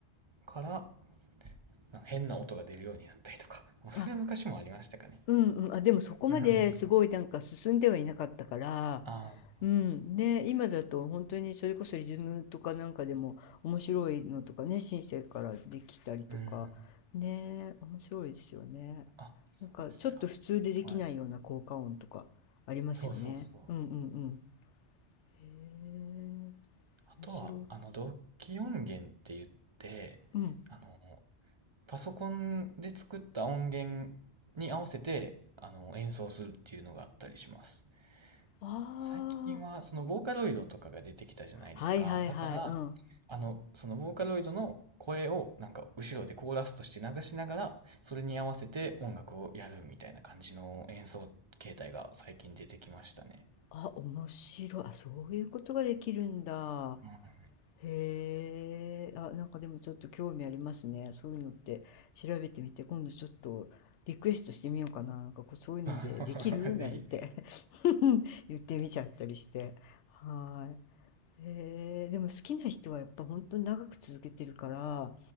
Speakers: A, on the right; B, on the left.
A: から、なんか変な音が出るようになったりとか。まあそれは昔もありましたかね。
B: あ、うんうん。あ、でもそこまですごいなんか進んではいなかったから、
A: うん。ああ、
B: うん、ね、今だと本当にそれこそリズムとかなんかでも面白いのとかね、シンセからできたりとか、
A: うん。
B: ね、面白いですよね。
A: あ、そうですね。
B: なんかちょっと普通でできないような効果音とかありますよね。
A: あはい。そうそうそう。
B: うんうんうん。へえ、
A: あとは、
B: 面白い。
A: あの、同期音源って言って、
B: うん。
A: あの、パソコンで作った音源に合わせて、あの、演奏するっていうのがあったりします。
B: あ
A: 最近はそのボーカロイドとかが出てきたじゃないですか。
B: あ、はいはいはい。
A: だから、
B: うん。
A: あの、そのボーカロイドの声をなんか後ろでコーラスとして流しながら、それに合わせて音楽をやるみたいな感じの演奏形態が最近出てきましたね。
B: あ、面白い。あ、そういうことができるんだ。
A: うん
B: へえ、あ、なんかでもちょっと興味ありますね。そういうのって調べてみて、今度ちょっとリクエストしてみようかな。なんかこうそういうのでできるなんて
A: <laughs> ぜひぜひ。
B: <laughs> 言ってみちゃったりして。はい。へえ、でも好きな人はやっぱ本当に長く続けてるから、